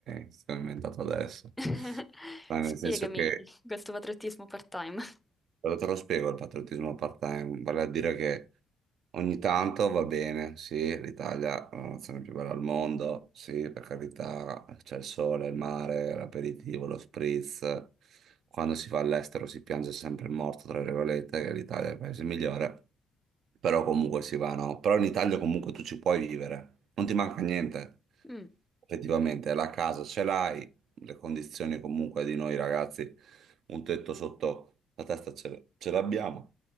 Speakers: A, on the right; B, in the centre.
A: che sto inventando adesso,
B: <laughs>
A: ma nel
B: Spiegami
A: senso che
B: questo patriottismo part-time.
A: Però te lo spiego il patriottismo part-time, vale a dire che ogni tanto va bene, sì, l'Italia è la nazione più bella al mondo, sì, per carità, c'è il sole, il mare, l'aperitivo, lo spritz. Quando si va all'estero si piange sempre il morto, tra virgolette, che l'Italia è il paese migliore, però comunque si va, no? Però in Italia comunque tu ci puoi vivere, non ti manca niente.
B: Mm,
A: Effettivamente la casa ce l'hai, le condizioni comunque di noi ragazzi, un tetto sotto la testa ce ce l'abbiamo.